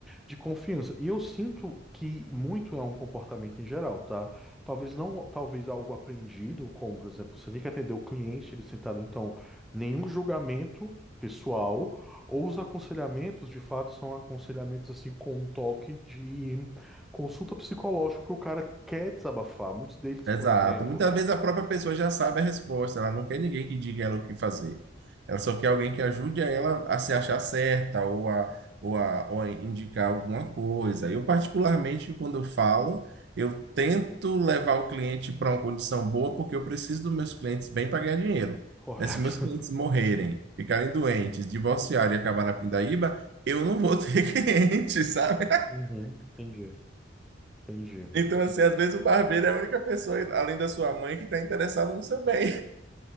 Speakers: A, in the centre; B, on the right.
A: de confiança. E eu sinto que muito é um comportamento em geral, tá? Talvez não, talvez algo aprendido, como, por exemplo, você tem que atender o cliente, ele sentar ali, então, nenhum julgamento pessoal, ou os aconselhamentos, de fato, são aconselhamentos, assim, com um toque de consulta psicológica, porque o cara quer desabafar. Muitos deles,
B: Exato.
A: por exemplo,
B: Muitas vezes a própria pessoa já sabe a resposta, ela não quer ninguém que diga ela o que fazer. Ela só quer alguém que ajude ela a se achar certa ou a, ou a, ou a indicar alguma coisa. Eu, particularmente, quando eu falo, eu tento levar o cliente para uma condição boa porque eu preciso dos meus clientes bem para ganhar dinheiro.
A: Correto.
B: Né? Se meus clientes
A: <laughs>
B: morrerem, ficarem doentes, divorciarem e acabar na pindaíba, eu não vou ter <laughs> cliente, sabe?
A: Uhum, entendi, entendi.
B: Então, assim, às vezes o barbeiro é a única pessoa, além da sua mãe, que está interessada no seu bem.